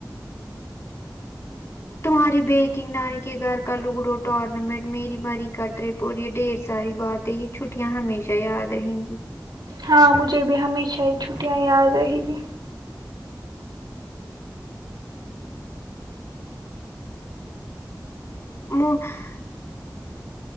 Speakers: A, on the left; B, on the right.
A: تمہاری بیکنگ نانی کے گھر کا لگڈو ٹورنامنٹ میری مری کا رپ اور یہ ڈھیر ساری بات ہے یہ چھٹیاں ہمیشہ یاد رہیں گی
B: ہاں مجھے بھی ہمیشہ یہ چھٹیاں یاد رہے گی
A: <unintelligible>